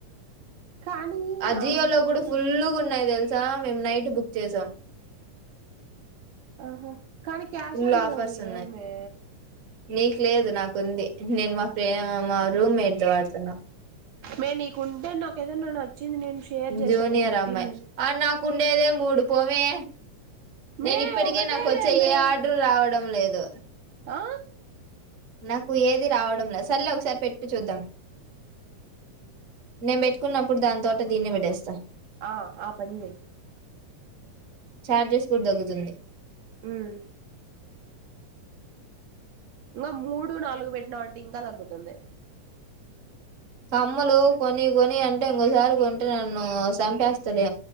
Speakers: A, on the right; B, on the right.
A: కానీ
B: అజియో
A: అంత
B: లో కూడా ఫుల్ గా ఉన్నాయి తెల్ స స మేము నైట్ బుక్ చేసాం
A: ఓహో కానీ cash
B: full
A: on delivery
B: offers
A: లేదుమే
B: ఉన్నాయి నీకు లేదు నాకుంది నేను మా ఫ్రెం మా రూమ్ మేట్ వాడుతున్నా
A: మే ని కుండ నాకదచ్చ వచ్చింది నేను షేర్ చేస్తా
B: జూనియర్
A: ఒకటి పెట్టిండు
B: అమ్మాయి ఆ నాకు ఉండేదే మూడు పోమే నేను
A: మే
B: ఇప్పటికే
A: ఒకటే
B: నాకు వచ్చే
A: లే మే
B: ఏ ఆర్డర్ రావట్ డం లేదు
A: ఆ
B: నాకు ఏది రావడంలా సరలే ఒకసారి పెట్టి చూద్దాం నేను పెట్టుకున్నప్పుడు దాని తోట దీన్ని విడేస్తా
A: ఆ ఆ పని చెయ్
B: చార్జెస్ కూడా దగ్గుతుంది
A: మ్మ్ ఇంకా మూడు నాలుగు పెట్టినా అంటే ఇంకా తగ్గుతుంది
B: కమ్మలు కొన్ని కొని అంటే ఇంకోసారి కొంటే నన్ను చంపేస్తాడే